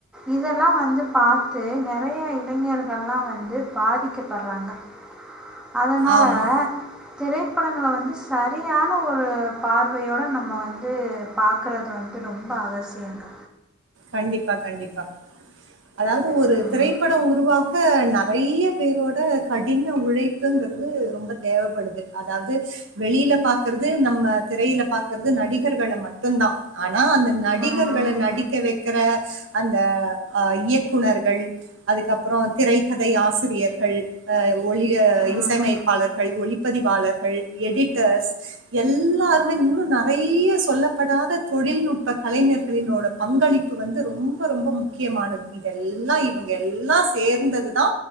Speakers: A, in the centre; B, on the right.
A: இதெல்லா வந்து பாத்து நறையா இளைஞர்கள்லா வந்து பாதிக்கப்படுறாங்க அதனால
B: ஆமா.
A: திரைப்படங்கள வந்து சரியான ஒரு பார்வையோடு நம்ம வந்து பாக்குறது வந்து ரொம்ப அவசியங்க
B: கண்டிப்பா கண்டிப்பா அதாவது ஒரு
A: ம்
B: திரைப்படம் உருவாக நெறய பேரோட கடின உழைப்புங்குறது ரொம்ப தேவப்படுது அதாவது வெளியில பாக்குறது நம்ம திரையில பாக்குறது நடிகர்கள மட்டுந்தா ஆனா அந்த நடிகர்கள
A: ம்
B: நடி வக்குற அந்த அ இயக்குநர்கள் அதுக்கப்பறோ திரைக்கதை ஆசிரியர்கள் அ ஒளி
A: ம்
B: இசையமைப்பாளர்கள் ஒளிப்பதிவாளர்கள் எடிட்டர்ஸ் எல்லாருமே இன்னு நெறய சொல்லப்படாத தொழில்நுட்ப கலைஞர்களினோட பங்களிப்பு வந்து ரொம்ப ரொம்ப முக்கியமானது இதெல்லா இவுங்க எல்லா சேர்ந்ததுதா